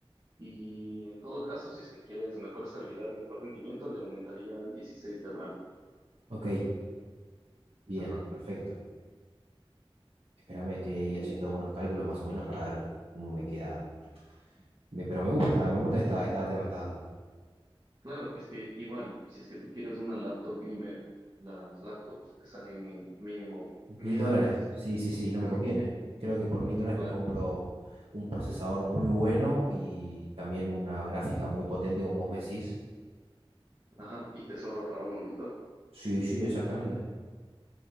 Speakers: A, on the right; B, on the right.
A: y en todo caso, si es que quieres mejor estabilidad y mejor rendimiento, le aumentaría 16 de RAM.
B: ok, bien,
A: Ajá.
B: perfecto. Espérame, estoy ahí
A: Mm,
B: haciendo unos cálculos más o menos para ver cómo me queda. Me- pero me gusta, me gusta esta, esta data que me estás dando.
A: Claro, es que igual, si es que tú quieres una laptop gamer, las laptops te salen en mínimo
B: Mil
A: mil
B: dólares,
A: dólares.
B: sí, sí, sí, no
A: Ujú,
B: me conviene. Creo que por mil dólares
A: Claro,
B: me compro un procesador muy bueno y también una gráfica muy potente, como vos me decís.
A: ajá, y te sobra para un monitor.
B: Sí, sí, exactamente.